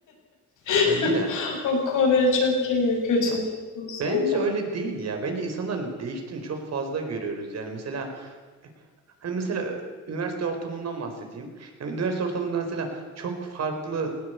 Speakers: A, on the left (about 80°); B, on the right (about 60°).
A: <laughs>
B: ya iyi de
A: O konuya çok girmeyeyim kötü
B: ya
A: niyet olsun.
B: Bence öyle değil ya. Bence insanların değiştiğini çok fazla görüyoruz. Yani mesela hani mesela üniversite ortamından bahsedeyim. Yani üniversite ortamında mesela çok farklı